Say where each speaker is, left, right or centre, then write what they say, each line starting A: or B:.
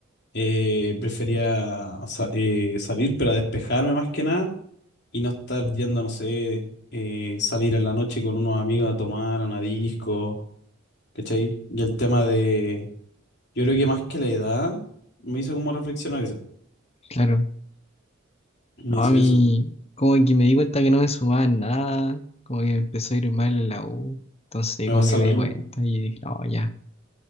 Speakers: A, on the left; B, on the left.
A: eh, prefería sa- eh, salir, pero a despejarme más que nada y no estar yendo, no sé, eh, salir en la noche con unos amigos a tomar, a una disco, ¿cachai? Y el tema de, yo creo que más que la edad, me hizo como reflexionar eso,
B: Claro,
A: me
B: no,
A: hizo
B: a mí
A: eso,
B: como que me di cuenta que no me sumaba en nada, como que me empezó a ir mal en la U, entonces
A: me
B: como
A: pasa
B: que me
A: lo mismo.
B: di cuenta y dije, no, ya,